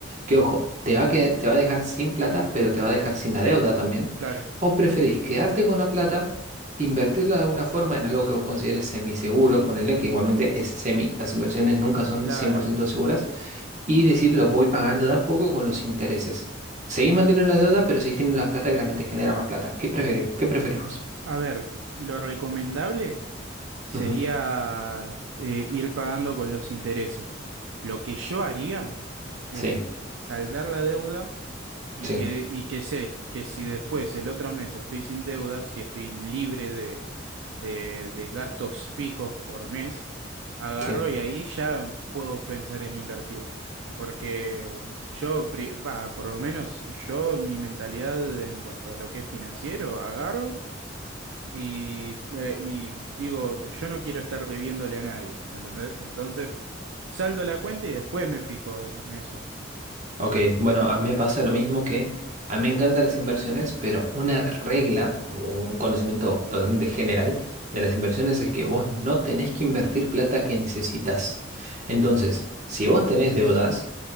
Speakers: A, on the right (about 40°); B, on the right (about 85°).
A: Que ojo, te va a queda- te va a dejar sin plata, pero te va a dejar sin la deuda también.
B: claro,
A: ¿O preferís quedarte con la plata? invertirla de alguna forma en algo que vos consideres semiseguro, ponele que igualmente es semi, las inversiones nunca son
B: claro.
A: cien por ciento seguras, y decir los voy pagando de a poco con los intereses. Seguís manteniendo la deuda, pero seguís teniendo la plata que realmente genera más plata. ¿Qué, prefe- qué preferís vos?
B: A ver, lo recomendable. sería
A: Ujú.
B: eh, ir pagando con los intereses. Lo que yo haría es
A: Sí,
B: saldar la deuda y
A: sí,
B: que, y que sé que si después el otro mes estoy sin deudas y estoy libre de, de, de gastos fijos por mes, agarro
A: sí.
B: y ahí ya puedo pensar en invertir. Porque yo, pri- va, por lo menos yo, mi mentalidad en cuanto a lo que es financiero, agarro. Y, eh, y digo, yo no quiero estar debiéndole a nadie, ¿entendés? Entonces, saldo la cuenta y después me fijo en eso.
A: Ok, bueno, a mí me pasa lo mismo que a mí me encantan las inversiones, pero una regla o un conocimiento totalmente general de las inversiones es que vos no tenés que invertir plata que necesitas. Entonces, si vos tenés deudas,